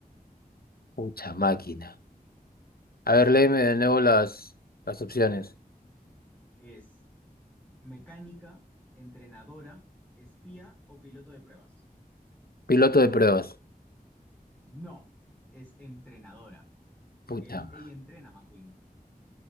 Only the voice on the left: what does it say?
Pucha
máquina. A ver, léeme de nuevo las, las opciones.
Piloto de pruebas.
Pucha.
ma-